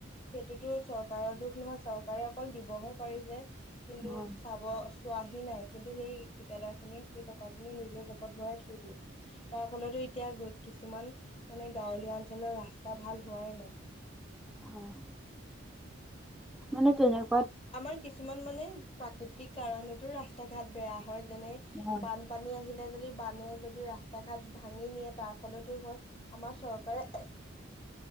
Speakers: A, on the left (about 30°); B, in the centre.
A: সেইটোতো চৰকাৰৰ দুখ নহয় চৰকাৰে অকল দিব হে <unintelligible> পাৰিছে কিন্তু
B: হয়
A: চাব চোৱাহি নাই। কিন্তু সেই থিকাদাৰ খিনিয়ে সেই টকা খিনি নিজৰ জেপত ভৰাই থৈ দিয়ে। তাৰ ফলতো এতিয়া কিছুমান মানে গাঁৱলীয়া অঞ্চলৰ ৰাস্তা ভাল হোৱাই নাই।
B: হয়। মানে তেনেক
A: আমাৰ কিছুমান মানে প্ৰাকৃতিক কাৰণতো ৰাস্তা ঘাট বেয়া হয় যেনে
B: হয়
A: বানপানী আহিলে যদি বানে যদি ৰাস্তা ঘাট ভাঙি নিয়ে তাৰ ফলতো হয়, আমাৰ চৰকাৰে <inaudible>